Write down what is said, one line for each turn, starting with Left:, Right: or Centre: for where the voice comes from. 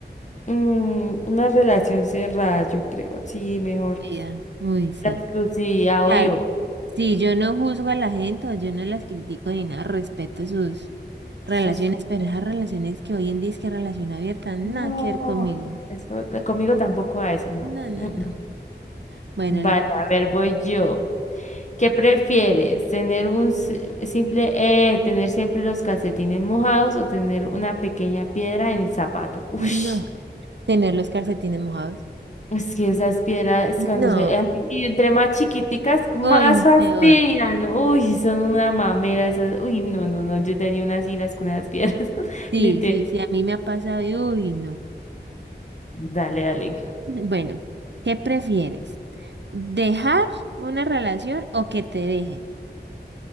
Left: Mm, una relación cerrada, yo creo. Sí, mejor.
Right: Vida. Uy, sí.
Left: La exclusividad,
Right: O
Left: obvio.
Right: sea, sí, yo no juzgo a la gente o yo no las critico ni nada, respeto sus relaciones,
Left: Sus...
Right: pero esas relaciones que hoy en día es que relación abierta, nada
Left: No,
Right: que ver conmigo.
Left: eso, conmigo tampoco a eso, no.
Right: No, no,
Left: Mm,
Right: no.
Left: mm.
Right: Bueno,
Left: Vale,
Right: le tocó
Left: a
Right: a usted.
Left: ver, voy yo. ¿Qué prefieres? ¿Tener un si- simple, eh, tener siempre los calcetines mojados o tener una pequeña piedra en el zapato? Ush,
Right: No. Tener los calcetines mojados.
Left: es que esas piedras
Right: No.
Left: cuando se... eh, Y entre más chiquiticas, más
Right: Hoy
Left: fastidian.
Right: peor.
Left: Uy, son una mamera esas. Uy, no, no, no. Yo tenía unas iras con esas piedras. <laughs>
Right: Sí,
Left: Literal.
Right: sí, sí, a mí me ha pasado y uy, no.
Left: Dale, dale.
Right: <laughs> Bueno, ¿qué prefieres? ¿Dejar una relación o que te dejen?